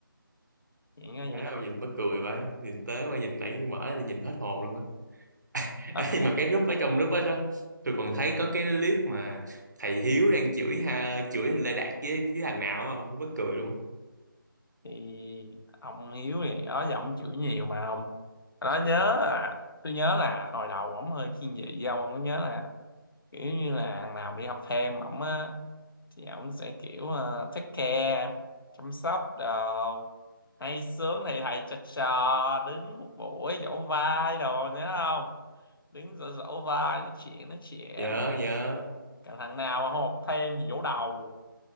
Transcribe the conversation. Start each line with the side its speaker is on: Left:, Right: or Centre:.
Left: chuyện như
Right: má
Left: vậy thôi
Right: ơi, nhìn mắc cười vậy nhìn tớ mà nhìn nãy tôi mở ra tôi nhìn hết hồn luôn á <laughs>
Left: hết
Right: Ê,
Left: hồn
Right: mà cái group ở trong group đó, tôi còn thấy có cái clip mà thầy Hiếu đang chửi ha chửi Lê Đạt với, với thằng nào á, ông mắc cười luôn
Left: thì ông Hiếu thì đó giờ ông chửi nhiều mà ông đó nhớ là tôi nhớ là hồi đầu ổng hơi thiên vị với ông ông có nhớ là kiểu như là thằng nào mà đi học thêm ổng á thì ổng sẽ kiểu ờ, take care chăm sóc đồ hay sướng thì thầy trò trò đứng một buổi dỗ vai đồ nhớ không đứng dỗ dỗ vai nói chuyện nói chuyện
Right: nhớ nhớ
Left: cả thằng nào mà không học thêm thì dỗ đầu